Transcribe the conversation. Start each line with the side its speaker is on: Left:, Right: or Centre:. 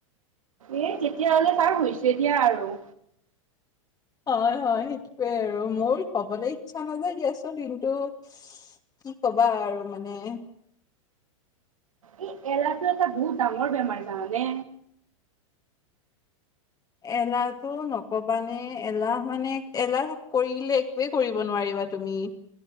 Right: এ তেতিয়াহলে তাৰ হৈছে দিয়া আৰু
Left: হয়, হয়, সেইটোৱে আৰু মোৰ ক'বলৈ ইচ্ছা নাযায় দিয়াচোন, কিন্তু কি ক'বা আৰু মানে।
Right: এই এলাহটো এটা বহুত ডাঙৰ বেমাৰ জানানে।
Left: এলাহটো নকবানে, এলাহ মানে এলাহ কৰিলে একোৱে কৰিব নোৱাৰিম। বা তুমি